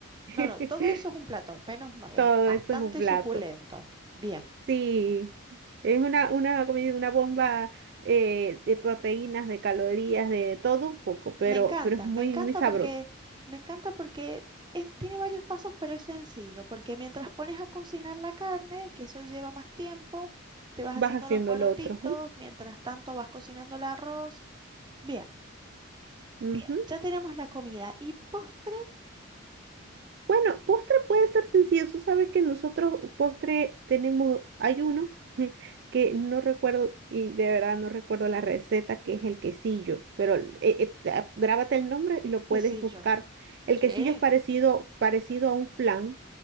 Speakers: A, on the right (about 50°); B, on the right (about 20°).
A: <laughs>
B: No, no, todo eso es un plato, menos ma-
A: Todo
B: es bastante
A: eso es un plato.
B: suculento. Bien.
A: Sí, es una, una, comida- una bomba eh, de proteínas, de calorías, de todo un poco,
B: Me
A: pero,
B: encanta,
A: pero es muy,
B: me encanta
A: muy sabroso.
B: porque, me encanta porque es- tiene varios pasos, pero es sencillo, porque mientras pones a cocinar la carne, que eso lleva más tiempo, te vas
A: Vas
B: haciendo
A: haciendo
B: los porotitos,
A: lo otro.
B: mientras tanto vas cocinando el arroz. Bien,
A: ujú,
B: bien,
A: ujú.
B: ya tenemos la comida. ¿Y postre?
A: Bueno, postre puede ser sencillo. Tú sabes que nosotros postre tenemos, hay uno <laughs> que no recuerdo y de verdad no recuerdo la receta, que es el quesillo, pero eh, eh, ah, grábate el nombre y lo puedes
B: ¿Qué sé
A: buscar.
B: yo?
A: El
B: Sí,
A: quesillo es parecido, parecido a un flan,